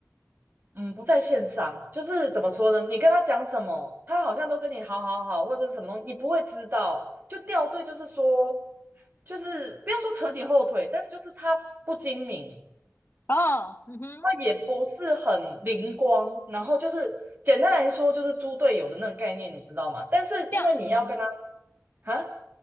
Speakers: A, on the right; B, on the left.
A: 嗯不在线上，就是怎么说呢？你跟他讲什么，他好像都跟你好好好或者是什么东西，你不会知道，就掉队，就是说就是不要说扯你后腿，但是就是他不精明，
B: 哦，嗯哼，
A: 它也不是很灵光，然后就是简单来说就是猪队友的那个概念，你知道吗？但是因为你要跟他
B: 掉，嗯哼，
A: 啊